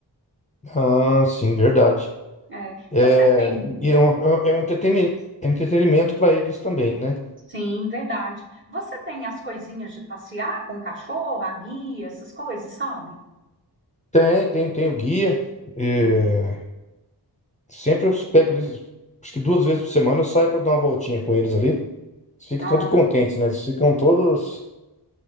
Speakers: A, on the left; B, on the right.
A: Ah, sim, verdade.
B: É,
A: É,
B: você tem,
A: e é um, é é um entretemi- entretenimento para eles também, né?
B: sim, verdade. Você tem as coisinhas de passear com o cachorro, a guia, essas coisas, sabe?
A: Tem, tem, tem o guia. é,
B: Hum.
A: sempre eu pego eles, acho que duas vezes por semana eu saio para dar uma voltinha com eles ali. Eles ficam
B: Ah,
A: todos contentes, né? Eles ficam todos